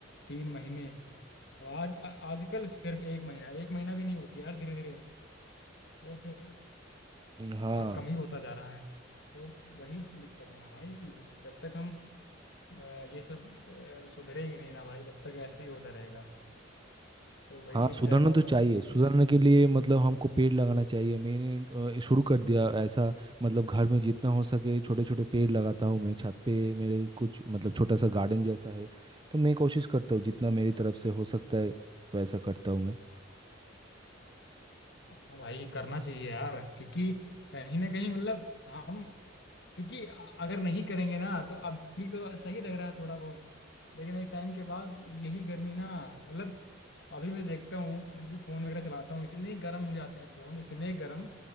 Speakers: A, on the left; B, on the right.
A: तीन महीने और आज आ- आजकल सिर्फ एक महीना एक महीना भी नहीं होती यार धीरे धीरे तो फिर
B: हाँ
A: और कम ही होता जा रहा है तो वही दिक्कत है ना भाई जब तक हम अ, ये सब अ, सुधरेंगे नहीं ना भाई तब तक ऐसे ही होता रहेगा तो वही
B: हाँ सुधरना
A: है ना
B: तो चाहिए
A: भाई कि
B: सुधरने के लिए मतलब हमको पेड़ लगाना चाहिए मैंने अ, शुरू कर दिया ऐसा मतलब घर में जितना हो सके छोटे छोटे पेड़ लगाता हूँ मैं छत पे मेरे कुछ मतलब छोटा सा गार्डन जैसा है तो मैं कोशिश करता हूँ जितना मेरी तरफ से हो सकता है वैसा करता हूँ मैं
A: हाँ भाई करना चाहिए यार क्योंकि कहीं ना कहीं मतलब हम क्योंकि अ- अगर नहीं करेंगे ना तो अभी तो सही लग रहा है थोड़ा बहुत लेकिन एक टाइम के बाद यही गर्मी ना मतलब अभी मैं देखता हूँ कुछ भी फोन वगैरह चलाता हूँ इतने गर्म हो जाते हैं फोन इतने गर्म